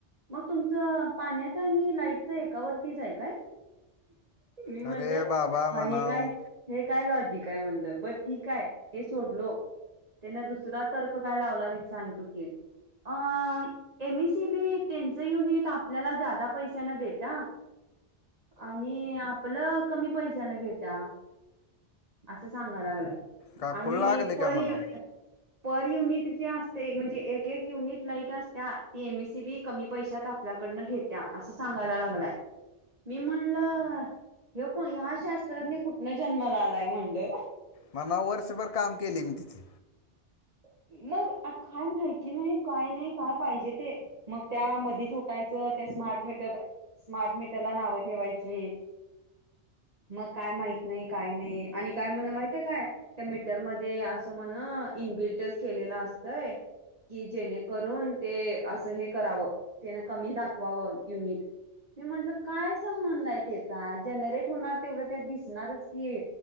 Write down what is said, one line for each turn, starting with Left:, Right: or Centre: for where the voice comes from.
Right: मग तुमचं पाण्याच आणि लाईटच एकावरतीच आहे काय? मी म्हणत
Left: अरे बाबा
Right: हा
Left: म्हणाव
Right: हे काय हे काय लॉजिक काय म्हणलं बर ठीक आहे ते सोडलो. त्याने दुसरा तर्क काय लावला, वि सांगतो की अ एम सीबी त्यांच युनिट आपल्याला, ज्यादा पैशाने देता. आणि आपलं कमी पैशानं घेत्या. असं सांगा लागलाय,
Left: काकूळ
Right: आणि
Left: लागले का
Right: परी
Left: म्हणाव
Right: पर युनिट जे असते म्हणजे एक, एक, युनिट लाईट असत्या ती एम सी बी कमी पैशांत आपल्याकडनं घेत्या असं सांगायला लागलाय. मी म्हणलं हे को ह्या शास्त्रज्ञ कुठनं जन्माला आलाय म्हणलं,
Left: मग नऊ, वर्षभर काम केले मी तिथे
Right: <unintelligible> मग काय माहिती नाही काय नाही काय पाहिजे ते मग त्या मध्येच उठायचं. मते स्मार्टमिटर स्मार्ट मटरला नाव ठेवायची. मग काय माहित नाही काय नाही आणि काय म्हण माहितय, काय त्या मीटर मध्ये असं म्हण इनबिल्टच केलेलं असतंय कि जेणे करून ते असं हे करावं, तेने कमी दाखवावं युनिट. मी म्हटलं काय संबंध आहे त्याचा जनरेट होणार तेवढं त्यात दिसणारच की.